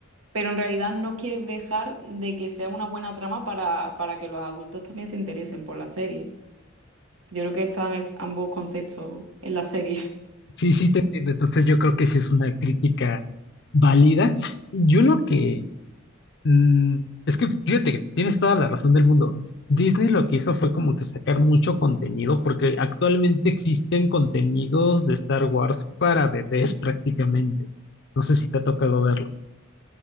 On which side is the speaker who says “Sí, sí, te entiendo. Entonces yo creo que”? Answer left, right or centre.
Left